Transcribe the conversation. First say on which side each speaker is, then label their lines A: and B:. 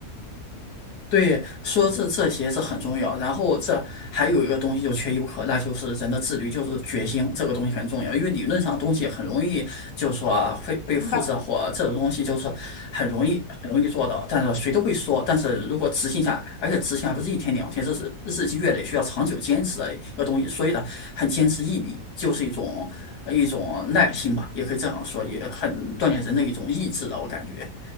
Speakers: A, on the left; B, on the left.
A: 对，说这这些这很重要。
B: 嗯
A: 然后这还有一个东西就缺一不可，那就是人的自律，就是决心，这个东西很重要。因为理论上东西很容易，就是说啊会被复制或这种东西就是很容易很容易做到，
B: 明白。
A: 但是谁都会说。但是如果执行下来，而且执行还不是一天两天，这是日积月累需要长久坚持的一个东西。所以呢，很坚持毅力就是一种一种耐心吧，也可以这样说，也很锻炼人的一种意志的，我感觉。